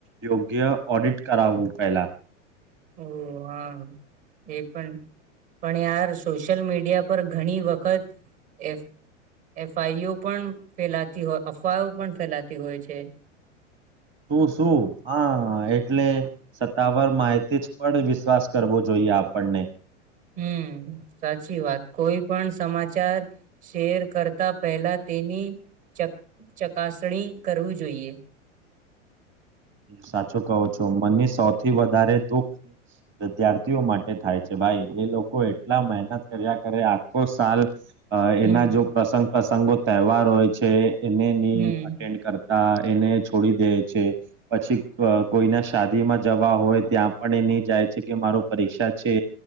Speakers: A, on the right (about 30°); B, on the right (about 60°).
A: યોગ્ય ઓડિટ કરાવવું પહેલા
B: ઓ હા એ પણ પણ યાર સોશિયલ મીડિયા પર ઘણી વખત એ એફઆઈઓ પણ ફેલાતી હોય અફવાઓ પણ ફેલાતી હોય છે.
A: તું શું હા એટલે સત્તાવાર માહિતી જ પણ વિશ્વાસ કરવો જોઈએ આપણને
B: હમ સાચી વાત કોઈ પણ સમાચાર શેર કરતા પહેલા તેની ચક ચકાસણી કરવું જોઈએ.
A: સાચું કહો છો મનની સૌથી વધારે દુખ વિદ્યાર્થીઓ માટે થાય છે ભાઈ એ લોકો એટલા મહેનત કર્યા કરે આખો સાલ અ
B: હમ
A: એના જો પ્રસંગ પ્રસંગો તહેવાર હોય છે. એને ની
B: હમ
A: અટન્ડ કર આ એને છોડી દે છે. પછી અ કોઈના શાદીમાં જવા હોય ત્યાં પણ એ ની જાય છે કે મારો પરીક્ષા છે.